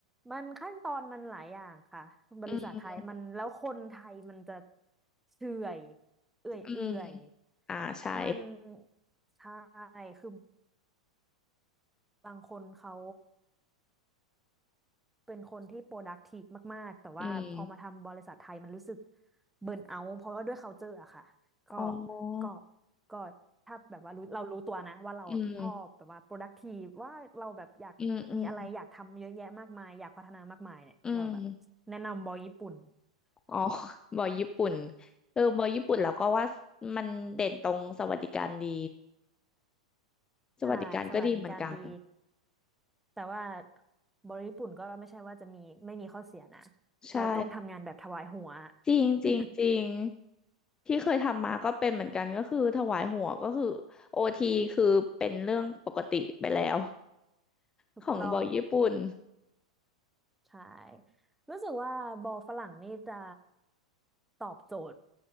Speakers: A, in the centre; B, on the left (about 20°).
A: มันขั้นตอนมันหลายอย่างค่ะ บริษัทไทยมันแล้วคนไทยมันจะ
B: อืม
A: เฉื่อยเอื่อยเอื่อย
B: อืมอ่าใช่
A: มันใช่คือบางคนเขา เป็นคนที่ productive มากๆแต่ว่าพอมาทำบริษัทไทยมันรู้สึก
B: อืม
A: เบิร์นเอาเพราะว่าด้วย culture อะค่ะก็
B: อ๋อ
A: ก็ก็ถ้าแบบว่ารู้เรารู้ตัวนะว่าเราชอบแบบว่า
B: อืม
A: productive ว่าเราแบบอยากมีอะไรอยากทำเยอะแยะมากมายอยากพัฒนามากมายเนี่ยเราแบบแนะนำบริษัทญี่ปุ่น
B: อืมอืมอืมอ๋อ <laughs> บอยญี่ปุ่นเออบอยญี่ปุ่นเราก็ว่ามันเด่นตรงสวัสดิการดีสวัสดิการก็ดีเหมือนกัน
A: ใช่สวัสดิการดีแต่ว่าบริษัทญี่ปุ่นก็ไม่ใช่ว่าจะมีไม่มีข้อเสียนะ
B: ใช่
A: เราต้องทำงานแบบถวายหัว
B: จริงจริงจริง
A: <laughs>
B: ที่เคยทำมาก็เป็นเหมือนกันก็คือถวายหัวก็คือโอทีคือเป็นเรื่องปกติไปแล้ว
A: ถูกต้อง
B: ของบอยญี่ปุ่น
A: ใช่รู้สึกว่าบอลฝรั่งนี่จะตอบโจทย์